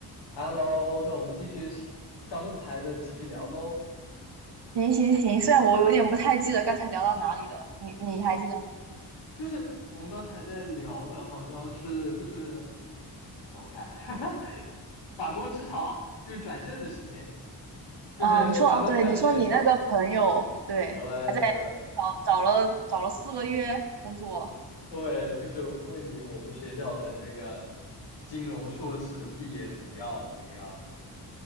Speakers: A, on the left; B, on the right.
A: Hello，那我们继续是刚才的继续聊喽。
B: 行行行，虽然我有点不太记得刚才聊到哪里了，你你还记得吗？
A: 就是我们刚才在聊的，好像是就是让我看 <laughs> 法国职场就是转正的事情，就是咱们咱们学校，
B: 啊，你说哦，对，你说你那个朋友，对，
A: 对对对
B: 找找了找了四个月工作，
A: 对，就是问你我们学校的这个金融硕士毕业怎么样这个样子。